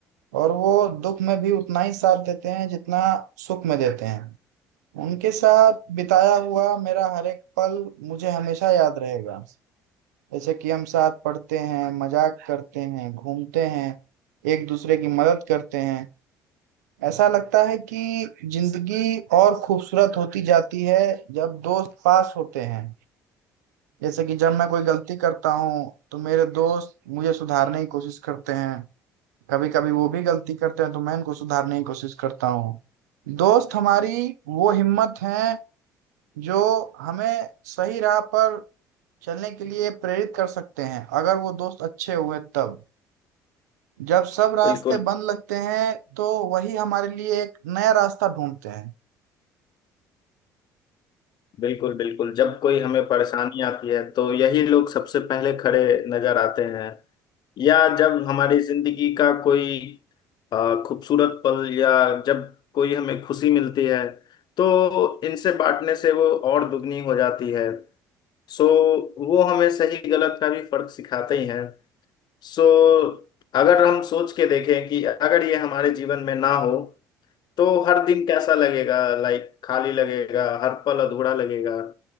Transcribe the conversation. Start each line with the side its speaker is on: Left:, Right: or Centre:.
Right: और वो दुख में भी उतना ही साथ देते हैं जितना सुख में देते हैं उनके साथ बिताया हुआ मेरा हर एक पल मुझे हमेशा याद रहेगा जैसे कि हम साथ पढ़ते हैं मजाक करते हैं घूमते हैं एक दूसरे की मदद करते हैं ऐसा लगता है कि जिंदगी और खूबसूरत होती जाती है जब दोस्त पास होते हैं जैसे कि जब मैं कोई गलती करता हूँ तो मेरे दोस्त मुझे सुधारने की कोशिश करते हैं कभी कभी वो भी गलती करते हैं तो मैं इनको सुधारने की कोशिश करता हूँ दोस्त हमारी वो हिम्मत है जो हमें सही राह पर चलने के लिए प्रेरित कर सकते हैं अगर वो दोस्त अच्छे हुए तब जब सब रास्ते
Left: बिल्कुल
Right: बंद लगते हैं तो वही हमारे लिए एक नया रास्ता ढूंढते हैं
Left: बिल्कुल बिल्कुल जब कोई हमें परेशानी आती है तो यही लोग सबसे पहले खड़े नजर आते हैं या जब हमारी जिंदगी का कोई अ, खूबसूरत पल या जब कोई हमें खुशी मिलती है तो इनसे बांटने से वो और दुगनी हो जाती है सो वो हमें सही गलत का भी फर्क सिखाते ही हैं सो अगर हम सोच के देखें कि अगर ये हमारे जीवन में ना हो तो हर दिन कैसा लगेगा लाइक खाली लगेगा हर पल अधूरा लगेगा